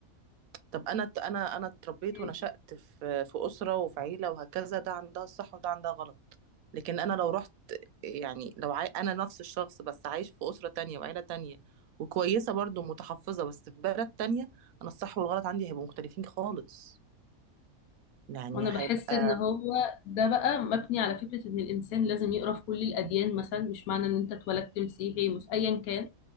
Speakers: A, on the right; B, on the left.
A: طب انا ت- انا انا اتربيت
B: أمم.
A: ونشأت في في اسرة وفي عيلة وهكذا ده عندها الصح وده عندها غلط لكن انا لو رحت يعني لو عاي... انا نفس الشخص بس عايش في اسرة تانية وعيلة تانية وكويسة برضو متحفظة بس في بلد تانية انا الصح والغلط عندي هيبقوا مختلفين خالص يعني
B: وانا بحس
A: هيبقى
B: ان هو ده بقى مبني على فكره ان الانسان لازم يقرا في كل الاديان مثلا مش معنى ان انت اتولدت مسيحي مس ايا كان